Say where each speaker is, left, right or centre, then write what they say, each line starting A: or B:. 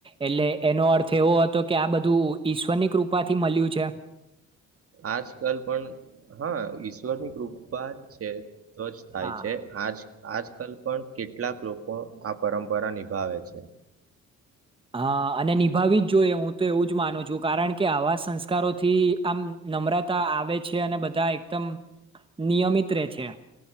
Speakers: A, on the right; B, on the right.
A: એટલે એનો અર્થ એવો હતો કે આ બધું ઈશ્વરની કૃપાથી મળ્યું છે
B: આજકાલ પણ હા ઈશ્વરની કૃપા જ છે તો જ થાય
A: હા
B: છે આજ આજકાલ પણ કેટલાક લોકો આ પરંપરા નિભાવે છે
A: હા અને નિભાવી જ જોઈએ હું તો એવું જ માનું છું કારણ કે આવા સંસ્કારોથી આમ નમ્રતા આવે છે. છે અને બધા એકદમ નિયમિત રે છે.